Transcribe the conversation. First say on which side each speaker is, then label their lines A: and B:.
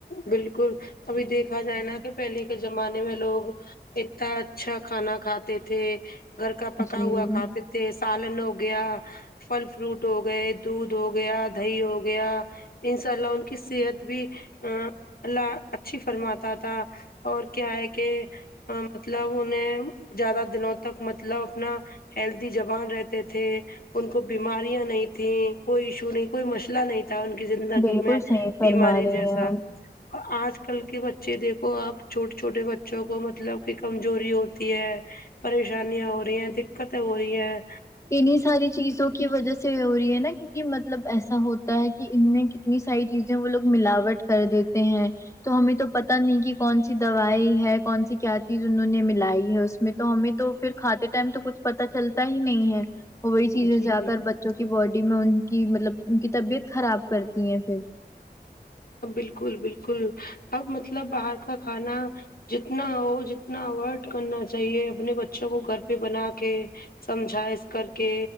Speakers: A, on the left; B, on the left.
A: بالکل ابھی دیکھا جائے نا کہ پہلے کے زمانے میں لوگ اتنا اچھا کھانا کھاتے تھے گھر کا پکا
B: جی
A: ہوا کھاتے تھ ت سالن ہو گیا فل فروٹ ہو گئے دودھ ہو گیا دہ ہو گیا ان شاء اللہ ان کی صحت بھی اللہ اچھی فرماتا تھا اور کیا ہے کہ مطلب انیں زیادہ دنوں تک مطلب اپنا ہیلدی جوبان رہتے تھے ان کو بیماریاں نہیں تھیں کوئی ایشو نہیں کوئی مسئلہ نہیں تھا ان کی زندگی
B: بالکل
A: میں
B: صحیح فرما
A: بیماری
B: رہی
A: جیسا
B: ہیں آپ
A: آج کل کے بچے دیکھو آپ چھوٹے چھوٹے بچوں کو مطلب کہ کمزوری ہوتی ہے پریشانیاں ہو رہی ہیں دقت ہو رہی ہے
B: انیں ساری چیزوں کی وجہ سے ہو رہی ہے نا کیونکہ مطلب ایسا ہوتا ہے کہ ان میں کتنی ساری چیزیں وہ لوگ ملاوٹ کر دیتے ہیں تو ہمیں تو پت نہیں کہ کون سی دوائی ہے کون سی کیا چیز انہوں نے ملائی ہے اس میں تو ہمیں تو پھر کھاتے ٹائم تو کچھ پتا چلتا ہی نہیں ہے وہی چیزیں
A: جی
B: جا
A: بالکل
B: کر بچوں کے کی باڈی میں ان کی مطلب ان کی طبیعت خراب کرتی ہیں پھر
A: بالکل بالکل اب مطلب باہر کا کھانا جتنا ہو جتنا اوائڈ کرنا چاہیے اپنے بچوں کو گھر پہ بنا کے سمجھا اس کر کے